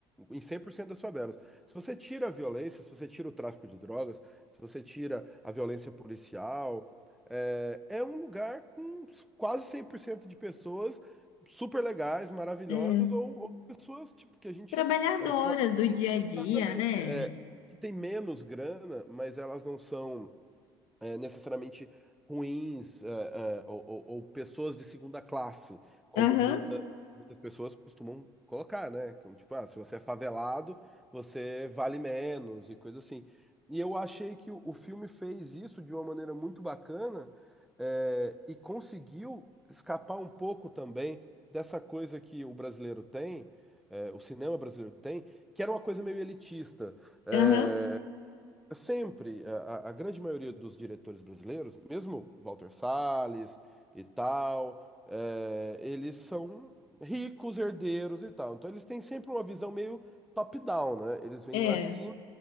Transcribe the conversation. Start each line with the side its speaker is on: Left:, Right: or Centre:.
Centre: em 100% das favelas. Se você tira a violência, se você tira o tráfico de drogas, se você tira a violência policial, é, é um lugar com quase 100% de pessoas super legais, maravilhosas,
Left: é.
Centre: ou, ou pessoas tipo, que a gente.
Left: Trabalhadoras
Centre: eh,
Left: do dia a dia,
Centre: Exatamente.
Left: né?
Centre: É, que tem menos grana, mas elas não são é, necessariamente ruins, é, é, ou, ou- ou pessoas de segunda classe, como
Left: Aham,
Centre: muita, muitas pessoas costumam colocar, né? Como, Tipo, ah, se você é favelado, você vale menos e coisa assim. E eu achei que o, o filme fez isso de uma maneira muito bacana, é, e conseguiu escapar um pouco também dessa coisa que o brasileiro tem, é, o cinema brasileiro tem, que era uma coisa meio elitista. É,
Left: aham.
Centre: Sempre, a, a- a grande maioria dos diretores brasileiros, mesmo Walter Salles e tal, eh, eles são ricos, herdeiros e tal. Então eles têm sempre uma visão meio top-down, né? Eles vêm
Left: É,
Centre: lá de cima